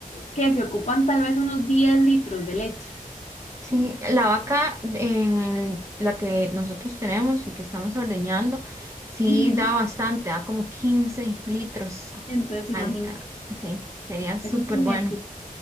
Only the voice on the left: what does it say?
que se ocupan tal vez unos 10 litros de leche.
Ujú.
Entonces, imagínense,
eso es un
éxito.